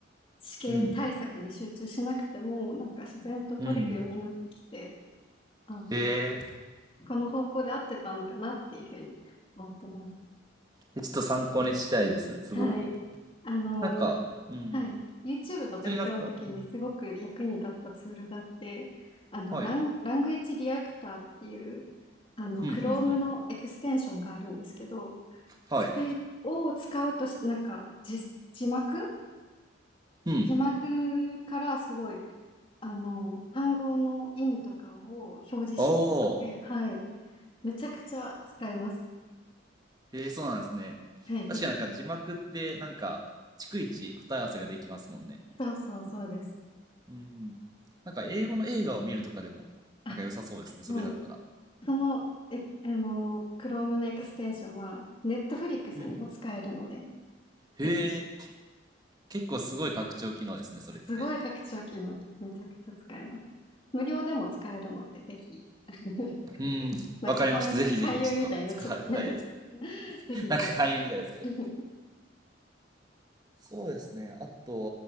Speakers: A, on the left; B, on the right.
A: 試験対策に集中しなくても、
B: うん。
A: なんか自然と取れるようになってきて、
B: うん。
A: あ、
B: えー、
A: この方向で合ってたのかなっていうふうに思ってます。
B: え、ちょっと参考にしたいです、すごく。
A: はい。あの、
B: なんか、うん。
A: はい。YouTube の勉強の時にすごく役に立ったツールがあって、
B: 普通になんか、うん
A: あの、
B: はい。
A: ラン、ラングエッジリアクターっていう、あの、
B: うんうんうん。
A: Chrome のエクステンションがあるんですけど、
B: はい。
A: それを使うとなんか、字字幕
B: うん。
A: 字幕からすごい、あの、単語の意味とかを表示してくれて、
B: おー。
A: はい。めちゃくちゃ使えます。
B: へえ、そうなんですね。
A: はい、ぜひ。
B: 確かなんか字幕って、なんか、逐一答え合わせができますもんね。
A: そうそう、そうです。
B: うん。なんか英語の映画を見るとかでも、
A: あ、
B: なんか良さそうですね、それだったら。
A: はい。その、え、あの、Chrome のエクステンションは、Netflix
B: うん。
A: にも使えるので、
B: へえ。
A: ぜひ。
B: 結構すごい拡張機能ですね、それって。
A: すごい拡張機能です。めちゃくちゃ使えます。無料でも使えるので、ぜひ。<laughs>
B: うん。
A: なんか勧誘、
B: わかりました。ぜひぜひちょっと使いたいです。
A: 勧誘みたいになっちゃって <laughs> ぜひぜひ。
B: <laughs> なんか勧誘みたいですけど。
A: <laughs>
B: そうですね。あと